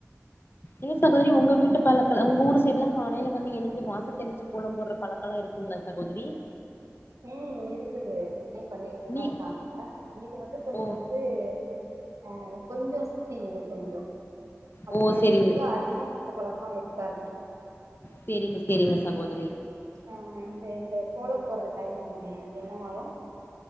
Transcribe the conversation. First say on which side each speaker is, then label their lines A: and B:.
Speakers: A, on the left (about 45°); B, on the right (about 85°).
A: இல்ல சகோதரி உங்க வீட்டு பழக்க ஊர் சைடுலா காலையில வந்து எழுந்து வாசல் தெளிச்சு கோலம் போடற பழக்கம்லா இருக்கா இல்ல சகோதரி
B: ம் இருக்குது இங்கயும் பண்ணிட்டுதான்
A: நீ
B: இருக்காங்க இது வந்து கொஞ்சோம்
A: ஓ
B: வந்து ஆ கொஞ்சோம் சிட்டி இது கொஞ்சோம் அப்டிங்கற
A: ஓ செரிங்க
B: பச்சத்துக்கு அதிகமா அந்த பழக்கம் இருக்காது
A: செரிங்க செரிங்க சகோதரி
B: ஆமா இந்த இந்த கோல போடுற டைம் வருமே அது என்ன மாதம்